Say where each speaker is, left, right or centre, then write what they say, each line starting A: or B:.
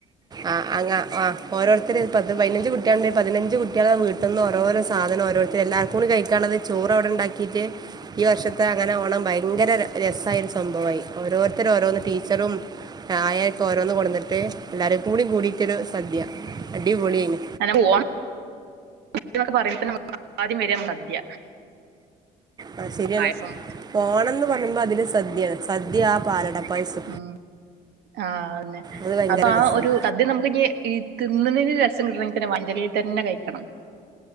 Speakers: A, on the right; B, on the right.
A: ആഹ് അങ്ങാ ആഹ് ഓരോരുത്തര് പത്ത് പതിനഞ്ച് കുട്ട്യള് ഉണ്ടേ പതിനഞ്ച് കുട്ട്യളെ വീട്ടിന്നും ഓരോരോ സാധനം ഓരോര് എല്ലാവർക്കും കൂടി കഴിക്കാള്ളത് ചോറ് അവിടെ ഉണ്ടാക്കിട്ട് ഈ വർഷ ത്തെ അങ്ങനെ ഓണം ഭയങ്കര ര രസായ ഒരു സംഭവായി ഓരോരുത്തര് ഓരോന്ന് ടീച്ചറും ആയാക്കെ ഓരോന്ന് കൊടന്നിട്ട് എല്ലാരും കൂടി കൂടിട്ടരു സദ്യ അടിപൊളിയെന്
B: പോവാം ക്കെ പറയ്പന്നെ ആദ്യം വര സദ്യ
A: ആ ശരിയാണ്
B: പായസം
A: ഓണംന്ന് പറയുമ്പോ അതില് സദ്യയാണ് സദ്യ ആ പാലടപ്പായസം
B: ഉം ആന്നെ
A: അത് ഭയങ്കര
B: അപ്പൊ ആ
A: രസമാണ്
B: ഒരു സദ്യം നമുക്ക് ഇ തിന്നണന് രസം കിട്ടണമെങ്കിൽ തന്നെ മഞ്ചളിയിൽ തന്നെ കഴിക്കണം